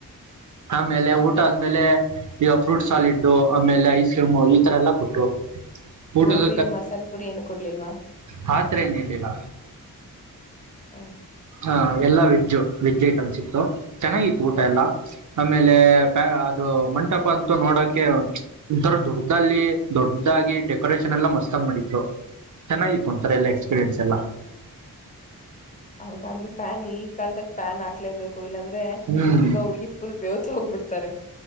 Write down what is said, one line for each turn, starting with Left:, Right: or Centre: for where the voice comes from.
Right: ಆಮೇಲೆ ಊಟ ಆದ್ಮೇಲೆ ಫ್ರೂಟ್ ಸಾಲಿಡ್ು ಆಮೇಲೆ ಐಸಿಕಿಂ ಈ ತರ ಎಲ್ಲ ಕೊಟ್ಟರು ಊಟದ
Left: ಗೋಬಿ ಮಸಾಲ ಪುರಿ ಏನು ಕೊಡ್ಲಿಲ್ವಾ
Right: ಪಾತ್ರ ಏನಿರ್ಲಿಲ್ಲ
Left: ಹ
Right: ಹಹ ಎಲ್ಲಾ ವೆಜ್ ವೆಜ್ ಐಟಮ್ಸ್ ಇತ್ತು ಚೆನ್ನಾಗಿತ್ತು ಊಟ ಎಲ್ಲಾ ಆಮೇಲೆ ಪ್ಯಾ ಅದು ಮಂಟಪ ಅಂತೂ ನೋಡಕ್ಕೆೆ ಒತಂರ ದೊಡ್ಡ್ದಲ್ಲಿ ದೊಡ್ಡದಾಗಿ ಡೆಕೋರೇೇಶನ್ ಎಲ್ಲ ಮಸ್ತಾಗಿ ಮಾಡಿತ್ತು ಚೆನ್ನಾಗಿತ್ತು ಒಥರ ಎಲ್ಲಾ ಎಕ್ಸ್ಪೀರಿಯನ್ಸ್ ಎಲ್ಲ
Left: ಹೌದಾ ಫ್ಯಾನ್ ಈ ಕಾಲದಕ್ ಫ್ಯಾನ್ ಹಾಕ್ಲೇಬೇಕು ಇಲ್ಲಾಂದ್ರೆ
Right: ಹ್ಮ್
Left: ಹುಡ್ಗ ಹುಡ್ಗಿ ಫುಲ್ ಬೇವತ್ ಹೋಗ್ಬಿಡ್ತಾರೆ